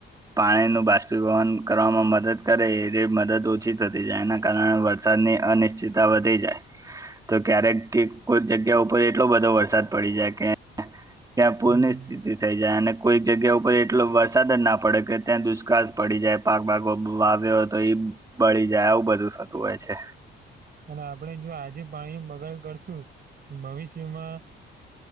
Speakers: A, on the right; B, on the right.
A: પાણી નું બાષ્પીભવન કરવામાં મદદ કરે એ મદદ ઓછી થતી જાય એના કારણે વર સાદની અનિશ્ચિતતા વધી જાય તો ક્યારેક ઠીક કોઈ જગ્યા ઉપર એટલો બધો વરસાદ પડી જાય કે ત્યાં
B: હમ
A: પૂર ની સ્થિતિ થઈ જાય અને કોઈક જગ્યા ઉપર એટલો વરસાદ જ ના પડે કે ત્યાં દુષ્કાળ પડી જાય પાક ભાગ વાવ્યો હોય તો ઈ બળી જાય આવું બધું થતું હોય છે
B: અને આપણેે જો આજે પાણી નું બગાડ કરશું ભવિષ્યમાં